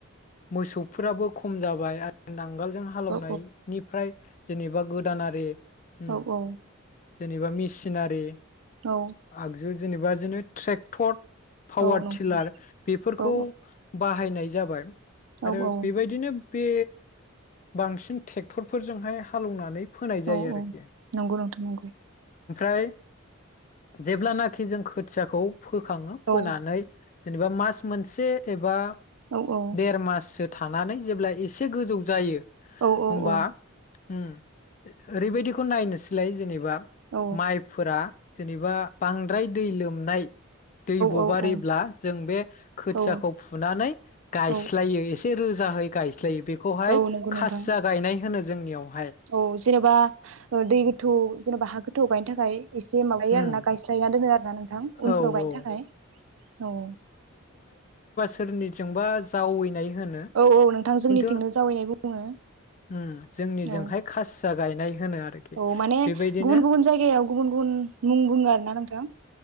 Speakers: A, on the left; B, on the right.
A: मोसौफोराबो खम जाबाय आरो नां नांगालजों हालौनाय
B: औ
A: निफ्राय जेनेबा गोदानारि उम
B: औ औ।
A: जेनेबा मिसिनारि
B: औ
A: आगजु जेनेबा बिदिनो ट्रेक्टर पावार
B: औ नंगौ
A: टिलार बेफोरखौ
B: औ
A: बाहायनाय जाबाय। आरो
B: औ औ
A: बेबायदिनो बे बांसिन ट्रेक्टरफोरजोंहाय हालेवनानै फोनाय जायो
B: औ
A: आरोखि।
B: औ नंगौ नोंथां नंगौ।
A: <unintelligible> जेब्लानाखि जों खोथियाखौ फोखाङो फोनानै
B: औ
A: जेनेबा मास मोनसे एबा
B: औ औ
A: देर माससो थानानै जेब्ला एसे गोजौ जायो
B: औ
A: होमबा
B: औ औ
A: उम ओरैबायदिखौ नायनोसै। लाय जेनेबा।
B: औ
A: माइफोरा‌। जेनेबा बांद्राय दै लोमनाय। दैब
B: औ
A: बारिब्ला जों बे खोथियाखौ
B: औ
A: फुनानै गायस्लायो
B: औ
A: एस। से रोजाहै गायस। जोय बेखौहाय
B: औ नंगौ
A: खासिया
B: नोंथां
A: गायनाय होनो ज जोंनियाव।
B: औ जेनेबा ओ दै गोथौ। जेनबा हा गोथौ गायनो थाखाय। एसे माबायो
A: उम
B: आरोना गायस्लायना दोनो आरोना नोंथां उनफोराव
A: औ
B: गायनो
A: औ
B: थाखाय औ।
A: सोरनिथिंबा जावैनाय। होनो
B: औ-औ नोंथां जोंनिथिंनो
A: खिन्थु
B: जावैनाय बुं। दङो।
A: उम जोंनिजोंहाय खासिया गायनाय होनो आरोखि
B: औ -औ माने
A: बेबायदिनो
B: गुबुन -गुबुन जायगायाव गुबुन -गुबुन मुं बुङो आरो ना नोंथां?